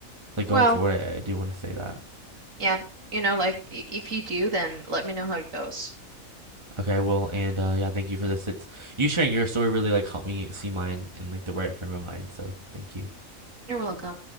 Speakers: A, on the right; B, on the right.
A: Like
B: Well,
A: going forward, I, I do want to say that.
B: yeah. You know, like i- if you do, then let me know how it goes.
A: Okay, well, and uh, yeah, thank you for this. It's you sharing your story really like helped me see mine in like the right frame of mind. So thank you.
B: You're welcome.